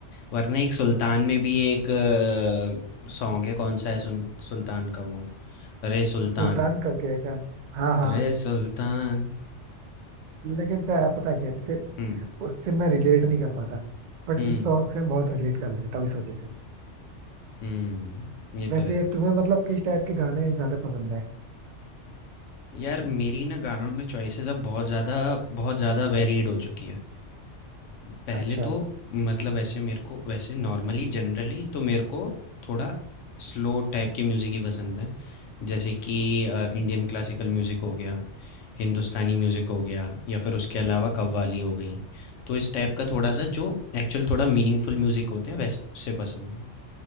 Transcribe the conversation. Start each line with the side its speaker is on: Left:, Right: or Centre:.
Left: वरना एक सुल्तान में भी एक अ, सॉन्ग है कौन सा है सुन सुल्तान का वो? रे सुल्तान,
Right: सुल्तान करके है क्या हाँ हाँ
Left: रे सुल्तान
Right: लेकिन क्या- पता है क्या जैसे
Left: हुँ,
Right: उससे मैं रिलेट नहीं कर पाता बट
Left: हुँ,
Right: इस सॉन्ग से मैं बहुत रिलेट कर लेता हूँ इस वजह से
Left: हुँ, ये
Right: वैसे
Left: तो है।
Right: तुम्हें मतलब किस टाइप के गाने ज्यादा पसंद है
Left: यार मेरी ना गानों में चॉइसेस अब बहुत ज़्यादा बहुत ज़्यादा वेरीड हो चुकी है। अ, पहले
Right: अच्छा
Left: तो मतलब ऐसे मेरे को वैसे नॉर्मली जनरली तो मेरे को थोड़ा स्लो टाइप की म्यूज़िक ही पसंद है जैसे कि अ, इंडियन क्लासिकल म्यूज़िक हो गया हिंदुस्तानी म्यूज़िक हो गया या फिर उसके अलावा कव्वाली हो गई तो इस टाइप का थोड़ा सा जो एक्चुअल थोड़ा मीनिंगफुल म्यूज़िक होते हैं वैसे पसंद है